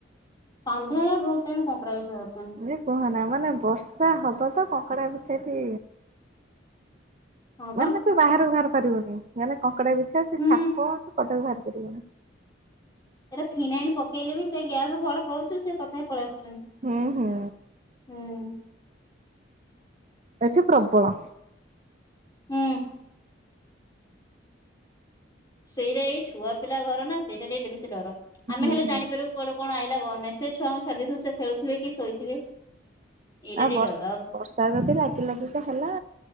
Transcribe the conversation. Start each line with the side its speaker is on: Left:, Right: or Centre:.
Left: ସନ୍ଧ୍ୟା ବେଳେ ବହୁତ ଟାଇମ କଙ୍କଡା ବିଛା ବାହାରୁ ଛନ୍ତି।
Right: ଯେ କୁହନା ମାନେ ବର୍ଷା ହବ ତ କଙ୍କଡ଼ା ବିଛା ଟି
Left: ହଁ
Right: ମାନେ
Left: ପା
Right: ତୁ ବାହାରକୁ ବାହାରି ପାରିବୁନି ମାନେ କଙ୍କଡା ବିଛା ସେ
Left: ହୁଁ
Right: ସାପ ତୁ ପଦାକୁ ବାହାରି ପାରିବୁନି।
Left: ଏଇରା ଫିନାଇନ ପକେଇଲେ ବି ସେ ଗ୍ୟାସ କୁଆଡେ଼ ପଳଉଛୁ ସେ ତଥାପି ପଳିଆସୁଛନ୍ତି।
Right: ହୁଁ ହୁଁ।
Left: ହୁଁ।
Right: ଏଠି ପ୍ରବଳ।
Left: ହୁଁ। ସେଇରା ଏଇ ଛୁଆ ପିଲା ଘର ନା, ସେଇଟା ଟିକେ ବେଶୀ ଡର, ଆମେ
Right: ହୁଁ
Left: ହେଲେ
Right: ହଁ
Left: ଜାଣିପାରିବୁ କୁଆଡେ କଣ ଆଇଲା କଣ ନାଇ ସେ ଛୁଆଙ୍କୁ ଛାଡିଦେଇଥିବୁ, ସେ ଖେଳୁଥିବେ କି ଶୋଇଥିବେ? ଏଇଟା
Right: ଆ
Left: ଟିକେ
Right: ବର୍ଷ,
Left: ଡର
Right: ବର୍ଷା ଯଦି ଲାଗିଲାଗି ସେ ହେଲା